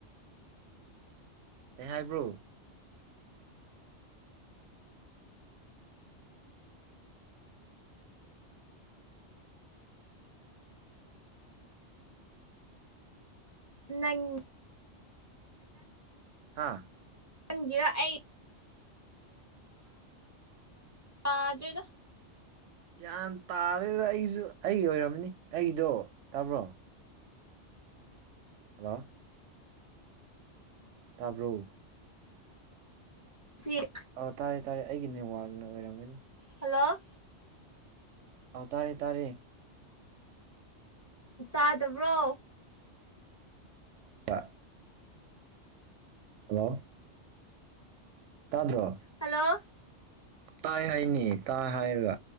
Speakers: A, on the right (about 80°); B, on the left (about 15°).
A: ꯑꯦꯍꯥꯏꯕ꯭ꯔꯣ
B: ꯅꯪꯪ
A: ꯍꯥꯥ
B: ꯈꯪꯒꯤꯔ ꯑꯩ <unintelligible>
A: ꯌꯥꯝ ꯇꯥꯔꯦꯗ ꯑꯩꯁꯨ ꯑꯩꯒꯤ ꯑꯣꯏꯔꯝꯅꯤ ꯑꯩꯒꯤꯗꯣ ꯇꯥꯕ꯭ꯔꯣ ꯍꯜꯂꯣ ꯇꯥꯕ꯭ꯔꯣ
B: ꯁꯤꯅꯤ
A: ꯑ ꯇꯥꯔꯦ ꯇꯥꯔꯦ ꯑꯩꯒꯤ ꯅꯦꯠꯋꯥꯛꯅ ꯑꯣꯏꯔꯝꯒꯅꯤ
B: ꯍꯜꯂꯣ
A: ꯑꯥꯎ ꯇꯔꯦ ꯇꯥꯔꯦ
B: ꯇꯥꯗꯕ꯭ꯔꯣ
A: ꯇꯥ ꯍꯂꯣ ꯇꯥꯗ꯭ꯔꯣ
B: ꯍꯜꯂꯣ
A: ꯇꯥꯏ ꯍꯥꯏꯅꯤꯌꯦ ꯇꯥꯏ ꯍꯥꯏꯔꯒ